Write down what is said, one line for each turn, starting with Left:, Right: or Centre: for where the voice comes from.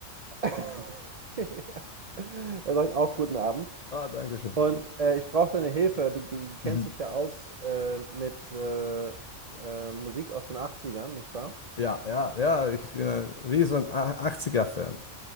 Right: <laughs> er sagt auch guten Abend.
Left: Ah, danke schön.
Right: Und äh, ich brauche deine Hilfe. Du, du kennst
Left: Mhm.
Right: dich ja aus äh, mit äh, äh, Musik aus den Achtzigern, nicht wahr?
Left: Ja, ja, ja, ich bin ein riesen A- 80er-Fan.